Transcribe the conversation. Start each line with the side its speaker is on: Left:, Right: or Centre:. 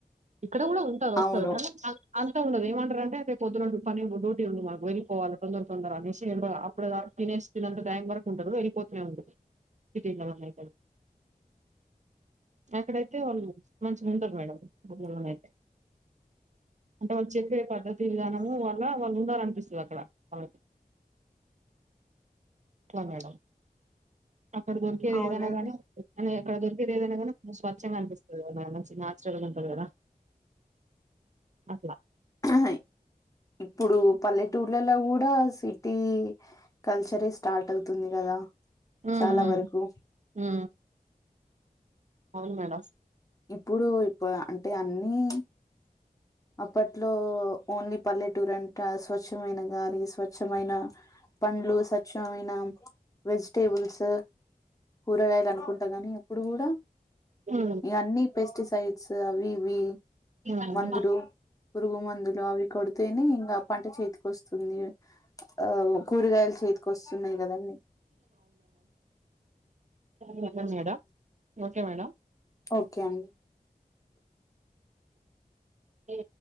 Right: ఇక్కడ కూడా ఉంటారు వ
Left: అవును
Right: కద అంత ఉండదు ఏమంటారు అంటే తే పొద్దునండు పని డ్యూటీ ఉంది మాకు వెళ్ళిపోవాల తొందర తొందర అనేసి అప్పుడు తినేసి తినంత టైం వరకు ఉంటారు వెళ్ళిపోతనే ఉండదు సిటీలొ వాళ్ళు అక్కడ.... అక్కడైతే వాళ్ళు మంచిగా ఉంటారు మేడం ఎవైనా అయితే అంటే వాళ్ళు చెప్పే పద్ధతి విధానము వాళ్ళ వాళ్ళు ఉండాలనిపిస్తది అక్కడ వాళ్ళకి లా మేడం అక్కడ దొరికేది
Left: అవునండి
Right: ఎదనై గాని అని అదుర్గ ఇ ఏద స్వచ్ఛంగా అనిపిస్తుంది మ మంచి ఉంటది కదా అట్లా
Left: అ ఇప్పుడు పల్లెటూర్లలో కూడా సిటీ కల్చరే స్టార్ట్ అవుతుంది కదా
Right: ఊ‌ఊ
Left: చాలా వరకు
Right: ఊ అవును మేడం
Left: ఇప్పుడు ఇప్పు అంటే అన్ని అప్పట్లో ఓన్లీ పల్లెటూరు అంట స్వచ్ఛమైన గాలి స్వచ్ఛమైన పండ్లు స్వచ్ఛమైన వెజిటేబుల్స్ కూరగాయలు అనుకుంటా గానీ ఎప్పుడు కూడా
Right: ఉమ్
Left: ఇవన్నీ ఇ సైడ్స్ అవి ఇవి
Right: ఉమ్
Left: మందులు పురుగు మందులు అవి కొడు తనే ఇంకా పంట చేతికి వస్తుంది ఆ కూరగాయలు చేతికి వస్తున్నాయి కదండి
Right: సరే మేడం ఓకే మేడం
Left: ఓకే అండి
Right: ఏ